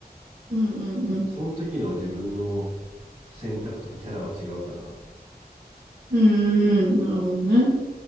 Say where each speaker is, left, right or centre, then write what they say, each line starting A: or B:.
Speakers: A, on the right (about 60°); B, on the right (about 40°).
A: うんうんうん。
B: その時の自分の選択とかキャラは違うかな。
A: うんうんうん。なるほどね。